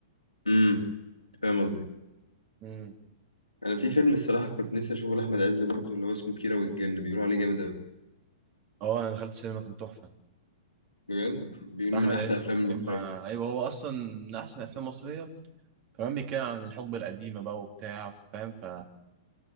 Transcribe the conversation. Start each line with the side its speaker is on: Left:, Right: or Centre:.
Left: امم فاهم قصدي
Right: امم
Left: انا في فيلم الصراحه كنت نفسي اشوفه لاحمد عز برضه اللي هو اسمه كيرة والجن بيقولوا عليه جامد قوي
Right: اه انا دخلت السينما كان تحفه
Left: بجد بيقولوا
Right: بتاع
Left: من
Right: احمد
Left: احسن
Right: عز
Left: الافلام
Right: وكريم
Left: المصريه
Right: ايوه هو اصلا من احسن افلام مصريه كمان بيتكلم عن الحقبه القديمه بقى وبتاع فاهم ف